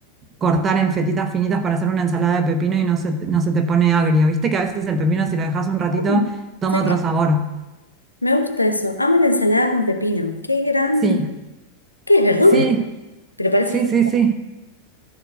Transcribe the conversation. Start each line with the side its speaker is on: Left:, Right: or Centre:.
Right: cortar en fetitas finitas para hacer una ensalada de pepino y no se, te- no se te pone agrio. Viste que a veces el pepino, si lo dejas un ratito,
Left: Mm.
Right: toma
Left: Sí,
Right: otro sabor.
Left: Me gusta eso. Amo la ensalada con pepino. Qué gran...
Right: Sí,
Left: ¿Qué es verdura?
Right: sí,
Left: Pero parece...
Right: sí,
Left: fr-
Right: sí, sí. <laughs>